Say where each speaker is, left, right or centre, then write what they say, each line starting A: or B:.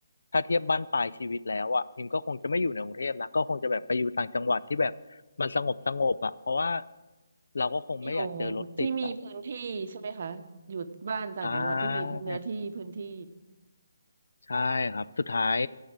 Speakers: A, on the left (about 85°); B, on the right (about 40°).
A: ถ้าเทียบบ้านปลายชีวิตแล้วอ่ะพิมก็คงจะไม่อยู่ในกรุงเทพนะก็คงจะแบบไปอยู่ต่างจังหวัดที่แบบมันสงบสงบอ่ะเพราะว่าเราก็คงไม่อยากเจอรถติดอ่ะ
B: อยู่ที่มีพื้นที่ใช่ไหมคะอยู่บ้านต่างจังหวัดที่มีพื้นเนื้อที่พื้นที่
A: ใช่ใช่ครับสุดท้าย